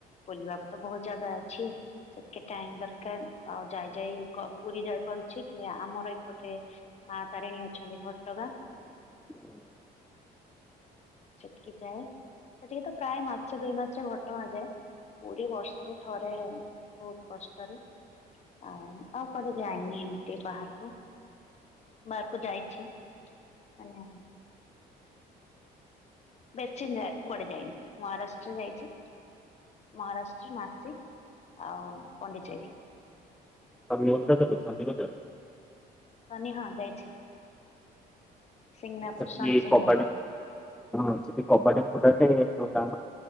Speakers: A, on the left; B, in the centre.
A: ବୁଲିବାକୁ ତ ବହୁତ ଜାଗା ଅଛି ସେତେ ଟାଇମ ଦରକାର ଆଉ ଯାଇ ଯାଇ କ ପୁରୀ ଯାଇପାରୁଛି କି ଆମର ଏଇପଟେ ମା ତାରିଣୀ ଅଛନ୍ତି ଘ ଟଗାଁ
B: <inaudible>
A: ସେଟିକି ଯାଏଁ ସେ ଟିକି ତ ପ୍ରାୟ ମାସେ ଦୁଇ ମାସେ ଘଟଗାଁ ଯାଏ ପୁରୀ ବର୍ଷରେ ଥରେ ବହୁତ କଷ୍ଟରେ ଆ ଆଉ କୁଆଡେ ଯାଏନି ଏମିତି ବାହାରକୁ ବାହାରକୁ ଯାଇଛି ମାନେ ବେଶି ନୁଏ କୁଆଡେ ଯାଇନି ମହାରାଷ୍ଟ୍ର ଯାଇଛି ମହାରାଷ୍ଟ୍ର ମାସେ ଆଉ ପଣ୍ଡିଚେର
B: ଶନି ଓଷା ତା ପରେ ଶନି ଗଜା
A: ଶନି ହଁ ଯାଇଛି ସିଂନାପୁର
B: ସେଠି
A: ସନି ସିଂନାପୁର
B: କବାଡି ହଁ ସେଠି କବାଡି ଫଡଟ ତା